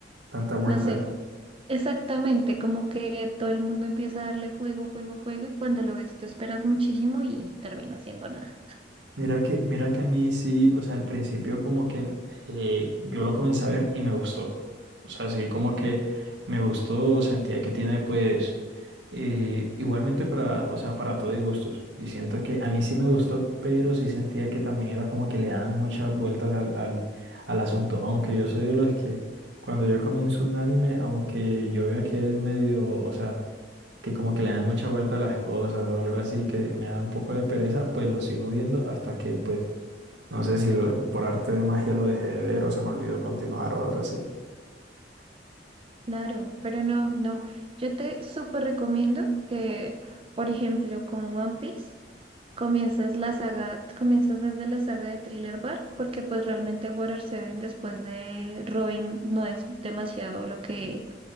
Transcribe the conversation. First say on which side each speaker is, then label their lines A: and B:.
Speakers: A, on the right (about 80°); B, on the right (about 30°).
A: tanta vuelta?
B: no sé, exactamente, como que todo el mundo empieza a darle fuego, fuego, fuego y cuando lo ves tú esperas muchísimo y termina siendo nada.
A: Mira que, mira que a mí sí, o sea, al principio como que eh, yo lo comencé a ver y me gustó. O sea, sí, como que me gustó, sentía que tiene pues Eh, igualmente para, o sea, para todo y gustos. Y siento que a mí sí me gustó, pero sí sentía que también era como que le daban muchas vueltas al, al, al asunto. Aunque yo soy de los que cuando yo comienzo un anime, aunque yo vea que es medio, o sea, que como que le dan mucha vuelta a las cosas o algo así, que me da un poco de pereza, pues lo sigo viendo hasta que, pues, no sé si lo- por arte de magia lo dejé de ver o se me olvidó continuar o algo así.
B: Claro, pero no, no, yo te súper recomiendo que, por ejemplo, con One Piece. comienzas la saga, comienzas desde la saga de Thriller Bark, porque pues realmente Water Seven después de Robin no es demasiado lo que,